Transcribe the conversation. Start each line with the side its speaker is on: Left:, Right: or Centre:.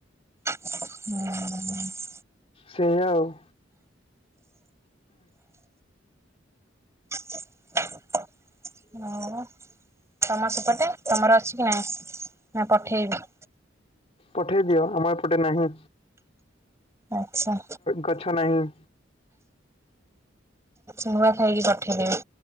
Right: <inaudible>
Left: ସେୟା ଆଉ।
Right: <inaudible> ଆଉ ତମ ସେପଟେ ତମର ଅଛି କି ନାଇ? ନା ପଠେଇବି?
Left: ପଠାଇ ଦିଅ ଆମ ଏପଟେ ନାହିଁ।
Right: ଆଚ୍ଛା।
Left: ଗଛ ନାହିଁ।
Right: ନୂଆ ଖାଇକି ପଠେଇଦେବି